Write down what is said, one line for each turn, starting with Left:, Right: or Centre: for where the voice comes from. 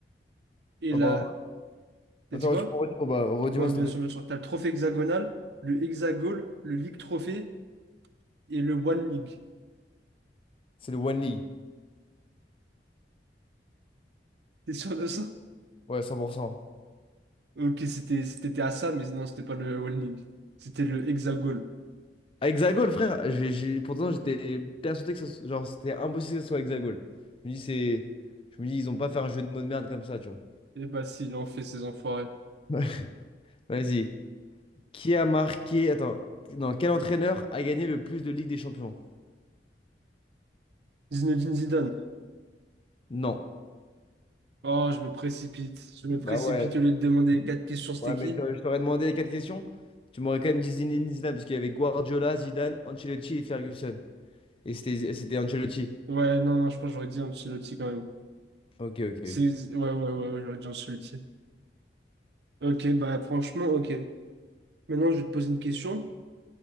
Right: et
Left: pardon.
Right: la... T'as
Left: Attends,
Right: dit quoi?
Left: tu peux redire ou pas Redis-moi,
Right: Ouais,
Left: s'il
Right: bien
Left: te plaît.
Right: sûr, bien sûr. T'as le trophée hexagonal, le hexagone, le Ligue Trophée, et le One League.
Left: C'est le One League.
Right: T'es sûr de ça?
Left: Ouais, 100%.
Right: Ok, c'était c'était à ça, mais non, c'était pas le One League. C'était le hexagone.
Left: À Hexagol, frère, j'ai, j'ai- pourtant j'étais persuadé que ça, genre, c'était impossible que ce soit Hexagol. Je me dis, c'est... Je me dis, ils ont pas fait un jeu de mots de merde comme ça, tu vois.
Right: Eh bah, s'il en fait, ces enfoirés.
Left: <laughs> Ouais. Vas-y. Qui a marqué... Attends. Non, quel entraîneur a gagné le plus de Ligue des Champions?
Right: Zinedine Zidane.
Left: Non.
Right: Oh, je me précipite. Je me précipite
Left: Bah ouais.
Right: au lieu de demander quatre questions, c'était
Left: Ouais,
Right: qui?
Left: mais t'aurais- je t'aurais demandé les quatre questions. Tu m'aurais quand même dit Zinedine Zidane, parce qu'il y avait Guardiola, Zidane, Ancelotti et Ferguson. Et c'était c'était Ancelotti.
Right: Ouais, non, non, je pense que j'aurais dit Ancelotti quand même.
Left: Ok, ok.
Right: C'est... Ouais, ouais, ouais, ouais, j'aurais dit Ancelotti. Ok, bah franchement, ok. Maintenant, je vais te poser une question.